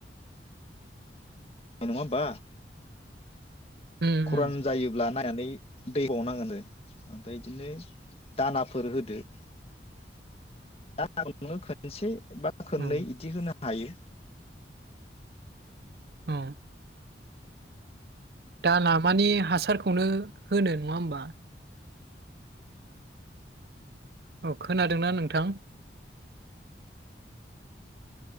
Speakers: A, on the left (about 35°); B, on the right (about 60°).
A: अ नङा होनबा
B: उम
A: खरान जायोब्ला नायनानै दै <unintelligible> ओमफ्राय बिदिनो दानाफोर होदो <inaudible> दानाखौ नोङो खोनसे बा खननै
B: औ
A: बिदि होनो हा हायो।
B: औ दाना मानि हासारखौनो होनो नङा होमबा? औ खोनादोंना नोंथां